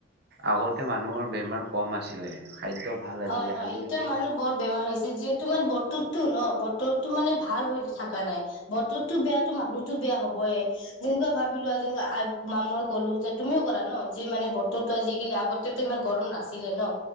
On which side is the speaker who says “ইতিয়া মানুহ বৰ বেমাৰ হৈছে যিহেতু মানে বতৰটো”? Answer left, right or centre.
Left